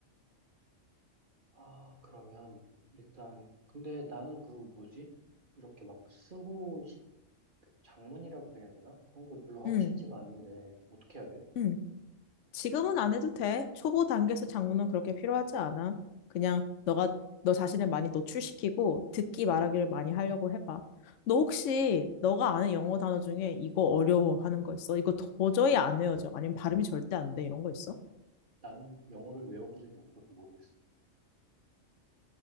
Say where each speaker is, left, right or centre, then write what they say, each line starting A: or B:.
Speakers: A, on the right; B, on the left.
A: 아, 그러면 일단 근데 나는 그 뭐지? 이렇게 막 쓰고 싶, 그 장문이라 그래야 되나? 그런 걸 별로 하고
B: 응,
A: 싶지가 않은데 어떻게 해야 돼?
B: 응. 지금은 안 해도 돼. 초보 단계에서 장문은 그렇게 필요하지 않아. 그냥 너가 너 자신을 많이 노출시키고 듣기
A: 음,
B: 말하기를 많이 하려고 해봐. 너 혹시 너가 아는 영어 단어 중에 이거 어려워 하는 거 있어? 이거 도저히 안 외워져. 아니면 발음이 절대 안 돼. 이런 거 있어?
A: 나는 영어를 외워본 적이 없어서 모르겠어.